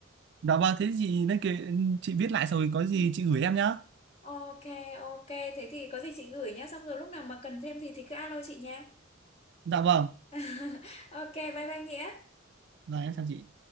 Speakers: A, on the right; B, on the left.
A: Dạ vâng, thế thì nên kể, chị viết lại rồi có gì chị gửi em nhá.
B: Ok, ok, thế thì có gì chị gửi nhá, xong rồi lúc nào mà cần thêm gì thì cứ alo chị nha.
A: Dạ vâng.
B: <laughs> Ok, bye bye Nghĩa.
A: Dạ em chào chị.